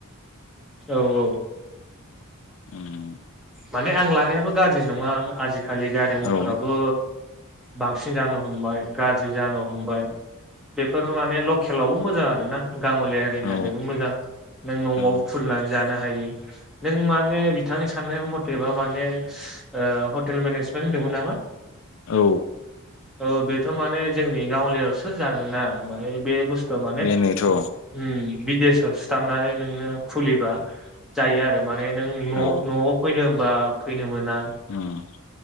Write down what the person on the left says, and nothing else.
ओम।
औ
औ
औ
औ।
बेनोथ'
औ
उम